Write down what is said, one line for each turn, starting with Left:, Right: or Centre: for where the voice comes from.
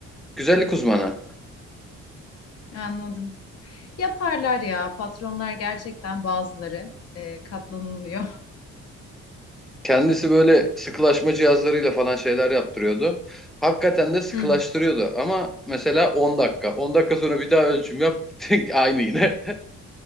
Centre: Güzellik uzmanı.
Left: Anladım. Yaparlar ya patronlar gerçekten bazıları e, katlanılmıyor.
Centre: Kendisi böyle sıkılaşma cihazlarıyla falan şeyler yaptırıyordu. Hakikaten de sıkılaştırıyordu
Left: <laughs> Hı hı.
Centre: ama mesela 10 dakika. 10 dakika sonra bir daha ölçüm yap. <laughs> Aynı yine.